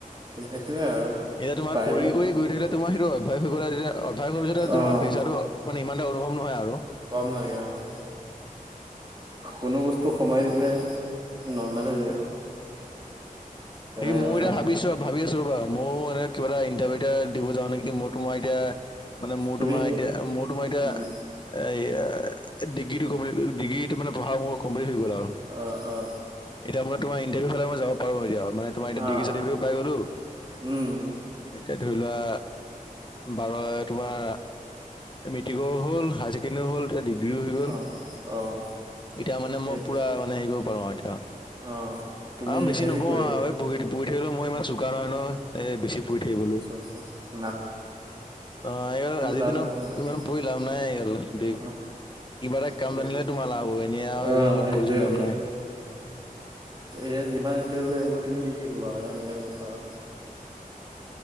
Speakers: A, on the right; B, on the left.
A: সেইটোৱে আৰু।
B: এতিয়া তোমাৰ
A: পাৰিলে
B: কৰি, কৰি গৈ থাকিলে তোমাৰ সেইটো অভ্যাস হৈ গ'লে, তেতিয়া অভাস হোৱাৰ পিছত
A: অ',
B: তোমাৰ প্ৰেছাৰটো মানে ইমান এটা অনুভৱ নহয় আৰু।
A: কম লাগে অ', কোনো বস্তু সময় দিলে নৰ্মেল হৈ যায়। তেনেকে
B: <unintelligible> ময়ো
A: কথা
B: এতিয়া ভাবিছোঁ ভাবি আছোঁ ৰ'বা, ময়ো মানে কিবা এটা ইটাৰভিউ এটা দিব যাওঁ নেকি, <unintelligible> মই তোমাৰ এতিয়া মানে মোৰ
A: তুমি
B: তোমাৰ এতিয়া মোৰ তোমাৰ এতিয়া
A: উম,
B: এই এ, ডিগ্ৰীটো কমপ্লিট ডিগ্ৰী মানে পঢ়া কমপ্লিট হৈ গ'ল আৰু।
A: অ', অ'।
B: এতিয়া মই তোমাৰ ইটাৰভিউ ফালে মই যাব পাৰোঁ, এতিয়া মানে তোমাৰ এতিয়া
A: অ',
B: ডিগ্ৰি চাৰ্টিফিকেটো পাই গ'লো।
A: উম,
B: এতিয়া ধৰি লোৱা বাৰ তোমাৰ মেট্ৰিকো হ'ল হাই ছেকেণ্ড তেনে হ'ল এতিয়া ডিগ্ৰীও হৈ গ'ল
A: অ', অ',
B: এতিয়া মানে মই
A: এই
B: পুৰা মানে হেৰি কৰিব পাৰোঁ আৰু এতিয়া।
A: অ'। তুমি
B: অ', বেছি
A: হেৰি
B: নপঢ়ো
A: কৰিবা
B: আৰু এই পঢ়ি পঢ়ি থাকিবলৈ মই ইমান চোকা নহয় ন' এ বেছি পঢ়ি থাকিবলৈ।
A: আচ্ছা।
B: অ', এই আজিৰ
A: লাভ
B: দিনৰত
A: নহয় তোমাৰ
B: ইমান পঢ়ি লাভ নাই এইগাল
A: অহ
B: <unintelligible> কিবা এটা কাম
A: তুমি
B: জানিলে তোমাল লাভ হ'ব এনে আৰু
A: অ', সেইটোয়ে
B: পঢ়ি চঢ়ি
A: কথা
B: লাভ নাই।
A: এয়া যিমান ইণ্টাৰভিউ আহিব তুমি দি থাকিবা আৰু সেনেক কথা আৰু।